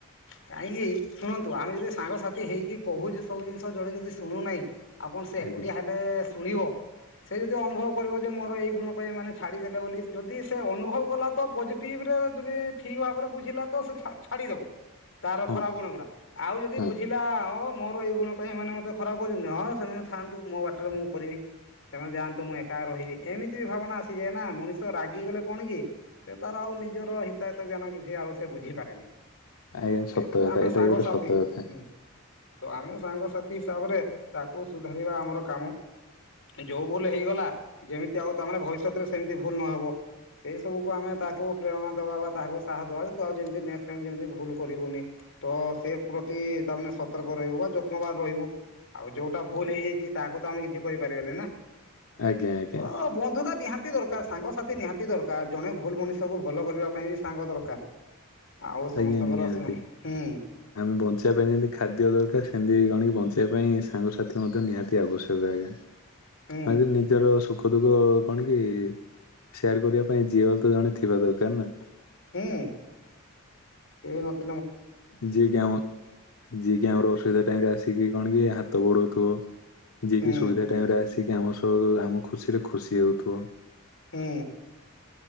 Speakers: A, on the left (about 60°); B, on the left (about 80°).
A: କାହିଁକି ଶୁଣନ୍ତୁ ଆମେ ଯଦି ସାଙ୍ଗସାଥି ହେଇକି କହୁଚୁ ସବୁ ଜିନିଷ୍ ଜଣେ ଯଦି ଶୁଣୁନାହିଁ ଆଉ କଣ ସେ ଏକୁଟିଆ
B: ଆଜ୍ଞା
A: ହେଲେ ଶୁଣିବ । ସେ ଯଦି ଅନୁଭବ କରିବ ଯେ ମୋର ଏଇ ଗୁଣ ପାଇଁ ମାନେ ଛାଡି ଦେଲେ ବୋଲି ଯ୍ ଯଦି ସେ ଅନୁଭବ କଲା ତ ପଜିଟିଭ୍ ରେ ଯଦି ଠିକ୍ ଭାବରେ ବୁଝିଲା ତ ସେ ଛା ଛାଡିଦବ। ତାର
B: ହଁ
A: ଖରାପ ଗୁଣ ଗୁଡା ଆଉ ଯଦି
B: ହଁ
A: ବୁଝିଲା ଅ ମୋର ଏଇ ଗୁଣ ପାଇଁ ଏମାନେ ମତେ ଖରାପ କହୁଚ଼ନ୍ତି ହଁ ସେମାନେ ଥାନ୍ତୁ ମୋ ବାଟରେ ମୁଁ କରିବି ସେମାନେ ଯାଆନ୍ତୁ, ମୁଁ ଏକା ରହିବି । ଏମିତି ବି ଭାବନା ଆସି ଯାଏ ନା ମଣିଷ ରାଗିଗଲେ କଣ କି ସେ ତାର ଆଉ ନିଜର ହିତାହିତ ଜ୍ଞାନ କିଛି ଆଉ ସେ ବୁଝିପାରେନି।
B: ଆଜ୍ଞା
A: ତ
B: ସତ
A: ସେଇଥିପାଇଁ
B: କଥା
A: ଆମେ
B: ଏଇଟା
A: ସାଙ୍ଗସାଥି
B: ବି ଗୋଟେ ସତ
A: ।
B: କଥା
A: ହୁଁ। ତ ଆମେ ସାଙ୍ଗସାଥି ହିସାବରେ ତାକୁ ସୁଧାରିବା ଆମର କାମ। ଯୋଉ ଭୁଲ ହେଇଗଲା ଯେମିତି ଆଉ ତାମାନେ ଭବିଷ୍ୟତରେ ସେମିତି ଭୁଲ ନହେବ। ସେଇ ସବୁକୁ ଆମେ ତାକୁ ପ୍ରେରଣା ଦେବା ବା ତାହାକୁ ସାହସ ଦେବା ଯେ ତୁ ଆଉ ଯେମିତି ନେକ୍ସଟ୍ ଟାଇମ୍ ଯେମତି ଭୁଲ କରିବୁନି। ତ ସେ ପ୍ରତି ତାମାନେ ସତର୍କ ରହିବୁ ବା ଯତ୍ନବାନ ରହିବୁ। ଆଉ ଯୋଉଟା ଭୁଲ ହେଇଯାଇଛି, ତାହାକୁ ତ ଆମେ କିଛି କରିପାରିବାନି ନା।
B: ଆଜ୍ଞା ଆଜ୍ଞା
A: ତ ବନ୍ଧୁତା ନିହାତି ଦର ସାଙ୍ଗସାଥି ନିହାତି ଦରକାର ଜଣେ ଭୁଲ ମଣିଷକୁ ଭଲ କରିବା ପାଇଁ ବି ସାଙ୍ଗ ଦରକାର। ଆଉ ସମସ୍ତଙ୍କର
B: ଆଜ୍ଞା ନିହାତି
A: ହୁଁ
B: ଆମେ ବଞ୍ଚିବା ପାଇଁ ଯେମିତି ଖାଦ୍ୟ ଦରକାର। ସେମିତି କଣ କି ବ <unintelligible> ପାଇଁ ସାଙ୍ଗସାଥି ମଧ୍ୟ ନିହାତି ଆବଶ୍ୟକ ଆଜ୍ଞା।
A: ହୁଁ
B: ଆଜି ନିଜର ସୁଖ ଦୁଃଖ କଣ କି ସେୟାର କରିବା ପାଇଁ, ଯିଏ ହେଲେତ ଜଣେ ଥିବା ଦରକାର ନା।
A: ହୁଁ କେ ନତ
B: ଯିଏକି ଆମ ଯିଏକି ଆମର ଅସୁବିଧା ଟାଇମରେ ଆସି କଣ କି ହାତ ବଢଉଥିବ ।ଯିଏ
A: ହୁଁ
B: କିି ସୁବିଧା ଟାଇମରେ ଆସି ଯିଏକି ଆମ ସହ ଆମ ଖୁସିରେ ଖୁସି ହେଉଥିବ।
A: ହୁଁ।